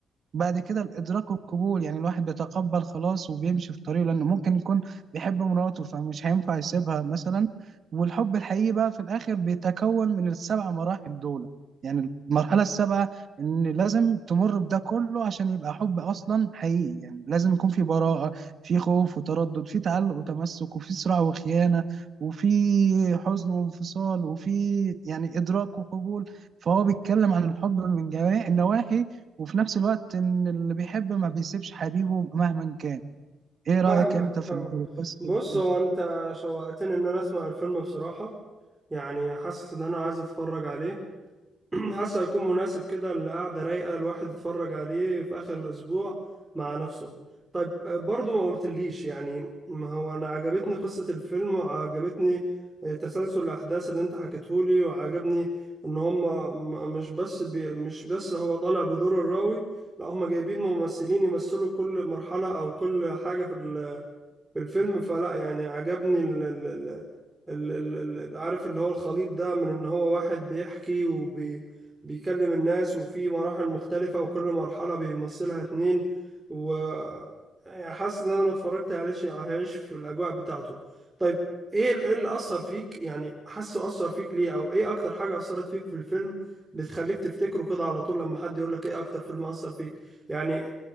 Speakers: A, on the right; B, on the right.
A: بعد كده الادراك والقبول يعني الواحد بيتقبل خلاص وبيمشي في طريقه لانه ممكن يكون بيحب مراته فمش هينفع يسيبها مثلا والحب الحقيقي بقى في الاخر بيتكون من السبع مراحل دول يعني المرحله السابعه ان لازم تمر بده كله عشان يبقى حب اصلا حقيقي يعني لازم يكون في براءه في خوف وتردد في تعلق وتمسك وفي صراع وخيانه وفي حزن وانفصال وفي يعني ادراك وقبول فهو بيتكلم عن الحب من جميع النواحي وفي نفس الوقت ان اللي بيحب ما بيسيبش حبيبه مهما كان ايه رأيك
B: فاهمك
A: انت
B: فاهمك
A: في ال- في قصة
B: بص
A: الفيلم
B: هو انت شوقتني ان انا اسمع الفيلم بصراحه يعني حاسس ان انا عايز اتفرج عليه <clears throat> حاسه هيكون مناسب كده القعده رايقه الواحد يتفرج عليه في اخر الاسبوع مع نفسه طيب آه، برضو ما قلتليش يعني ما هو انا عجبتني قصه الفيلم وعجبتني آه، تسلسل الاحداث اللي انت حكيتهولي وعجبني ان هم م- مش بس بي مش بس هو طالع بدور الراوي لا هم جايبين ممثلين يمثلوا كل مرحله او كل حاجه في في الفيلم فلا يعني عجبني ال ال ال ال ال ال ال- عارف اللي هو الخليط ده من ان هو واحد بيحكي وبيكلم الناس وفي مراحل مختلفة وكل مرحلة بيمثلها اتنين و يعني حاسس ان انا لو اتفرجت عليه شيء هعيش في الاجواء بتاعته طيب ايه ال- ايه اللي اثر فيك يعني حاسه اثر فيك ليه او ايه اكتر حاجة اثرت فيك في الفيلم بتخليك تفتكره كده على طول لما حد يقول لك ايه اكتر فيلم اثر فيك يعني